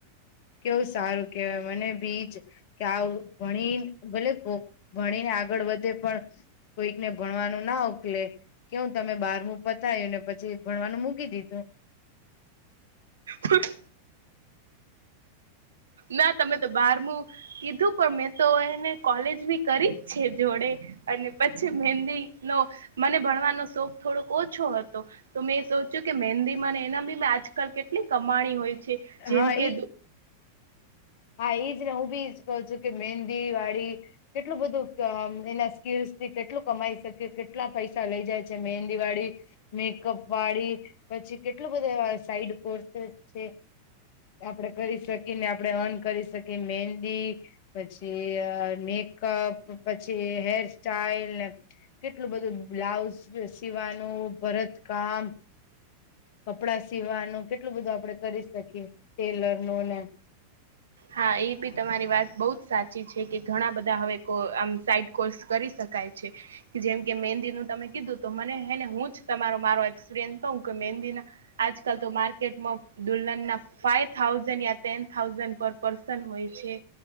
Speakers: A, on the left; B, on the right.
A: કેવું સારુ કહેવાય મને બીજ કે આવ ભણી ભલે ભણીને આગળ વધે પણ કોઈકને ભણવાનું ના ઉકલે કેવ તમે બારમું પતાયુંને પછી ભણવાનું મૂકી દીધું
B: હ ના તમે તો બારમું કીધું પણ મેં તો એને કોલેજ બી કરી જ છે જોડે અને પછી મહેંદી નો મને ભણવાનો શોખ થોડોક ઓછો હતો તો મેં સોચ્યું કે મહેંદીમાંને એના બી મે આજકાલ કેટલી કમાણી હોય છે જેમ
A: હા એ
B: કે
A: હા એઈજ ને હું બી ઇ જ કહું છું કે મેંદી વાળી કેટલું બધું એના સ્કીલસ થી કેટલું કમાઈ શકે કેટલા પૈસા લઇ જાય છે મેહેંદીવાળી મેકઅપ વાળી પછી કેટલું બધા એવા સાઈડ કોર્સેસ છે. આપડે કરી શકીએ ને આપડે અન કરી શકી મેંદી પછી મેકઅપ પછી હેર સ્ટાઇલ ને કેટલું બધું બ્લાઉઝ સીવાનું ભરતકામ કપડા સીવાનું કેટલું બધું આપડે કરી શકીએ ટેલર નુ ને
B: હા એ બી તમારી વાત બઉ જ સાચી છે. કે ઘણા બધા હવે કો આમ સાઈડ કૉર્સ કરી શકાય છે. જેમ કે મહેંદીનું તમે કીધું તો મને હે ને હું જ તમારો મારો એક્સપિરિયન્સ કવ કે મહેંદીના આજકાલ તો માર્કેટમાં દુલ્હન ના ફાઇવ થા થાઉઝન્ડ યા ટેન થાઉઝન્ડ પર પર્સન હોય છે.